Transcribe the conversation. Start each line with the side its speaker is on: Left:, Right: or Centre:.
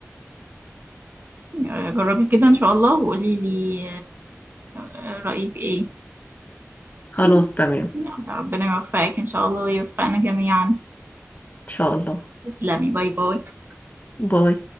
Right: آه، جربي كده إن شاء الله وقولي لي آه، رأيك إيه
Left: خلاص تمام
Right: يلا ربنا يوفقك إن شاء الله ويوفقنا جميعا
Left: ان شاء الله
Right: تسلمي باي باي
Left: باي